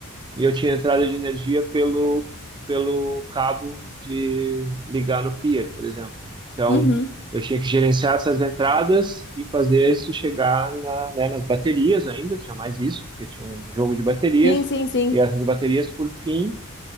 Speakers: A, on the right; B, on the left.
A: e eu tinha entrada de energia pelo, pelo cabo de ligar no pier, por exemplo. Então,
B: uhum.
A: eu tinha que gerenciar essas entradas e fazer isso chegar na, né, nas baterias ainda, tinha mais isso, porque tinha um jogo de baterias,
B: Sim, sim, sim.
A: e essas baterias, por fim,